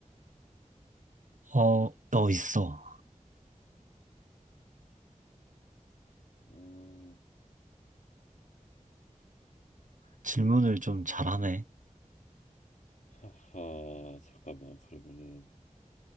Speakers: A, on the right; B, on the left.
A: 어, 어, 있어.
B: 음...
A: 질문을 좀 잘하네.
B: 하하 잠깐만 그러면은